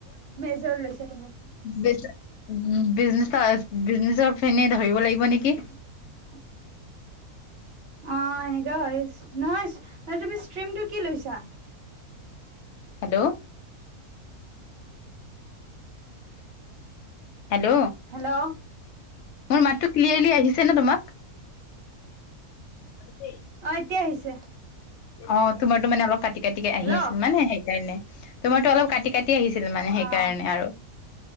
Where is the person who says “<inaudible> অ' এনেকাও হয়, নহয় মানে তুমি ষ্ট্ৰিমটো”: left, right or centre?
Right